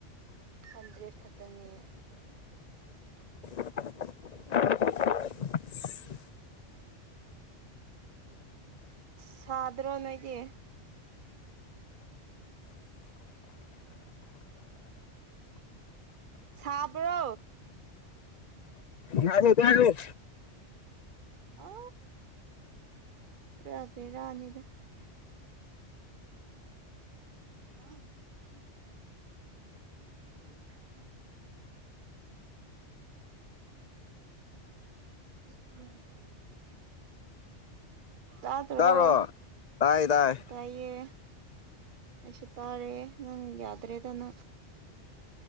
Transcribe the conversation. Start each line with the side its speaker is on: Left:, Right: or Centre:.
Right: ꯍꯟꯗ꯭ꯔꯦꯠ ꯈꯇꯅꯤꯡꯅꯤ
Left: <inaudible>
Right: ꯁꯥꯗ꯭ꯔ ꯅꯣꯏꯗꯤ ꯁꯥꯕ꯭ꯔꯣ
Left: ꯌꯥꯣ
Right: ꯑ ꯀꯔꯄꯦꯔꯥꯅꯤꯗ ꯑ
Left: <inaudible>
Right: ꯁꯝ ꯇꯥꯇ꯭ꯔꯣꯣ
Left: ꯇꯥꯕ꯭ꯔꯣ ꯇꯥꯏ ꯇꯥꯏ
Right: ꯇꯏꯌꯦ ꯑꯁꯨ ꯇꯥꯔꯦ ꯅꯪ ꯌꯥꯗ꯭ꯔꯦꯗꯅꯣ